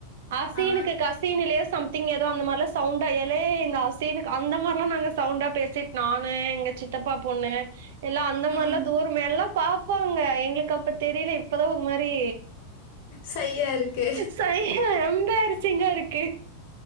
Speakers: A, on the right (about 55°); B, on the left (about 50°).
A: அசீனுக்கு
B: ஆ
A: கசீனுலயோ சம் திங் ஏதோ அந்த மாரிலா சவுண்டா எலே இந்த அசினுக்கு அந்த மாரிலா நாங்க சவுண்டா பேசிட்டு நானு எங்க சித்தப்பா பொண்ணு எல்லா அந்த மாரிலா
B: ம்
A: தூரம் எல்லா பாப்பாங்க எங்களுக்கு அப்ப தெரியல இப்பதா ஒரு மாரி
B: சையா இருக்கு
A: சையா எம்பேரிசிங்கா இருக்கு